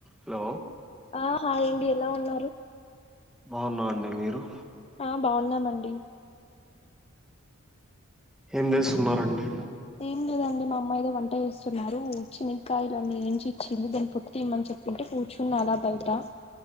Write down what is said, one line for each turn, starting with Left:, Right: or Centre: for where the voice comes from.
Centre: hello
Left: ఆ hi అండి ఎలా ఉన్నారు
Centre: బాగున్నా అండి మీరు
Left: ఆ బాగున్నామండి
Centre: ఏం చేస్తున్నరండి
Left: ఏం లేదండి మా అమ్మా ఏదో వంట వేస్తున్నారు శనగకాయలున్నీ ఏం వచ్చింది దాని పొట్టు తిమ్మని చెప్పంటే కూర్చున అలా బయట